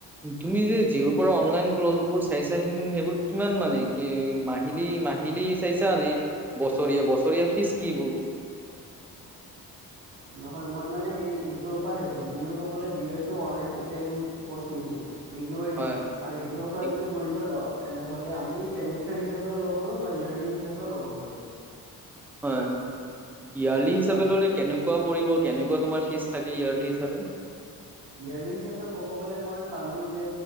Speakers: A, in the centre; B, on the right.
A: তুমি যে জিঅ'ৰ পৰা অনলাইন ক্লজবোৰ চাই চা হিন সেইবোৰ কিমান মানে এ মাহিলী মাহিলী চাইছানে বছৰীয়া বছৰীয়া ফিজ কি ব
B: নহয় মই মানে হেৰি ইগনৰৰ পৰা চাইছো ত জিঅ' কবলে জিঅ'য়েটো অনলাইন অপেন ক'ৰ্চ নিদিয়ে ইগনৰে
A: হয়
B: দিয়ে আৰু ইগনৰ পৰা
A: এই-
B: যদি কৰিব যাওঁ তেনেহ'লে আমি ছেমিষ্টাৰ হিচাপেও ল'ব পাৰো বা ইয়েৰ্লি হিচাপেও ল'ব পাৰো
A: হয় ইয়াৰ্লি হিচাপে
B: হয়
A: ল'লে কেনেকোৱা পৰিব কেনেকোৱা তোমাৰ ফিজ থাকে ইয়াৰ্লি হি চাবে
B: ইয়েৰলি হিচাপে কব গলে মই চালো যে